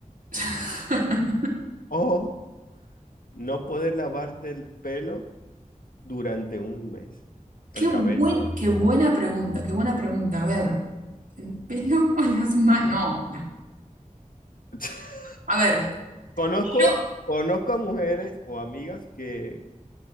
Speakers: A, on the right; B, on the left.
A: <laughs>
B: o no poder lavarte el pelo durante un mes?
A: Qué
B: El cabello.
A: buen,
B: o el
A: qué
B: pelo.
A: buena pregunta, qué buena pregunta. A ver, ¿el pelo o las manos? No, la-
B: <laughs>
A: a ver,
B: Conozco,
A: yo,
B: conozco a mujeres o amigas que,